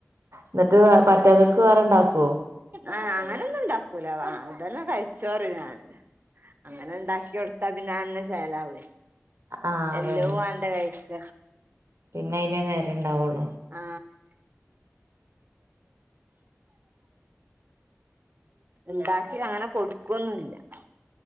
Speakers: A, on the right; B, on the right.
A: എന്നിട്ട് പറ്റാതോൽക്ക് വേറെണ്ടാക്കുവോ?
B: ആ അങ്ങനെൊന്നും ഉണ്ടാക്കൂല വ അതെല്ലാം കഴിച്ചോറും ഞാാന് അങ്ങനെ ണ്ടാക്കി കൊടുത്ത പിന്നെ അന്നെ ചെലാവേ
A: ആഹ് അതന്നെ
B: എല്ലവും വണ്ട കഴിക്ക
A: പിന്നെ അയിന് നേരെ ഉണ്ടാവുള്ളു
B: ആ ണ്ടാക്കി അങ്ങനെ കൊടു <unintelligible>